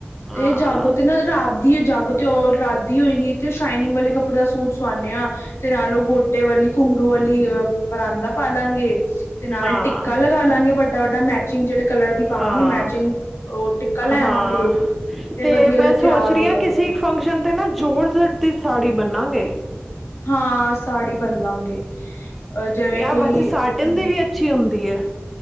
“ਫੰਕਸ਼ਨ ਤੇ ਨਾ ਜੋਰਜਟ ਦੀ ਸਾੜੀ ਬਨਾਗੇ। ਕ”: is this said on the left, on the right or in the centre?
Centre